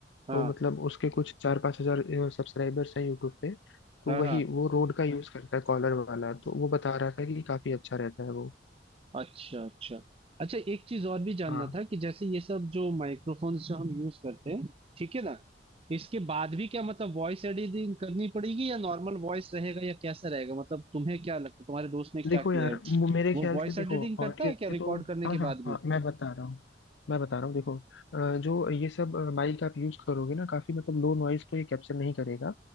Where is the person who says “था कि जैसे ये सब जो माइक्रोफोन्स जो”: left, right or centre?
Right